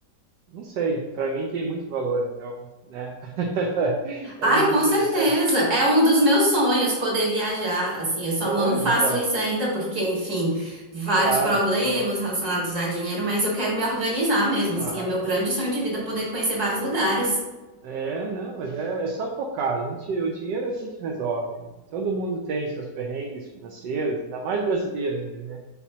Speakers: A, on the right; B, on the right.
A: não sei, para mim tem muito valor, então, né? <laughs> É
B: Ai,
A: muito
B: com
A: interessante.
B: certeza. É um dos meus sonhos poder viajar. Assim, eu só
A: Pois,
B: não faço
A: então,
B: isso ainda porque, enfim, vários
A: claro,
B: problemas
A: claro,
B: relacionados a dinheiro, mas eu quero me organizar mesmo.
A: claro.
B: Assim, é meu grande sonho de vida poder conhecer vários lugares.
A: É, não, mas é, é só focar. A gente, o dinheiro a gente resolve. Todo mundo tem seus perrengues financeiros, ainda mais brasileiro ainda, né?